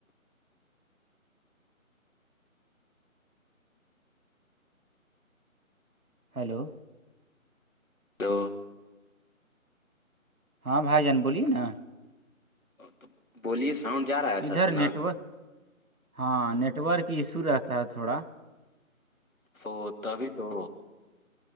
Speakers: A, on the right; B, on the left.
A: ہیلو
B: تو
A: ہاں بھائی جان بولیے نا
B: تو بولیے ساؤنڈ جا رہا ہے اچھا
A: ادھر
B: سے نا
A: نیٹورک ہاں نیٹ ورک ایشو رہتا ہے تھوڑا
B: وہ تب تو